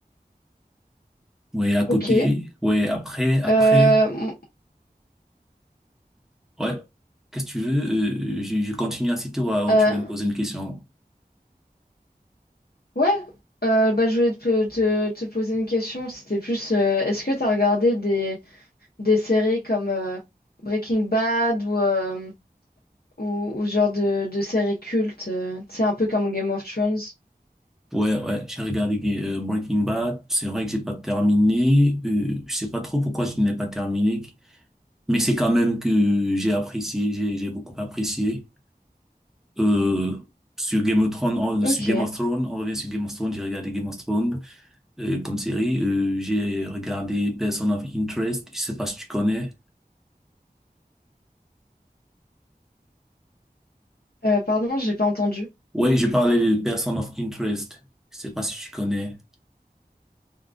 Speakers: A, in the centre; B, on the left.
A: Ouais, à côté.
B: Ok.
A: Ouais, après, après.
B: Euh, m-
A: Ouais. Qu'est-ce que tu veux? Euh, euh, je, je continue à citer ou alors
B: euh,
A: tu veux me poser une question?
B: Ouais, euh, bah, je voulais te, te, te poser une question. C'était plus, euh, est-ce que tu as regardé des, des séries comme euh, Breaking Bad ou, euh, ou, ou ce genre de, de séries cultes, euh, tu sais, un peu comme Game of Thrones?
A: Ouais, ouais, j'ai regardé euh, Breaking Bad. C'est vrai que j'ai pas terminé. Euh, je sais pas trop pourquoi je n'ai pas terminé, mais c'est quand même que j'ai apprécié, j'ai j'ai beaucoup apprécié. Euh, sur Game of Thrones, on,
B: Ok,
A: sur Game of Thrones, on revient sur Game of Thrones, j'ai regardé Game of Thrones euh, comme série. Euh, j'ai regardé Person of Interest, je sais pas si tu connais.
B: Euh, pardon, j'ai pas entendu.
A: Ouais, j'ai parlé de Person of Interest, je sais pas si tu connais.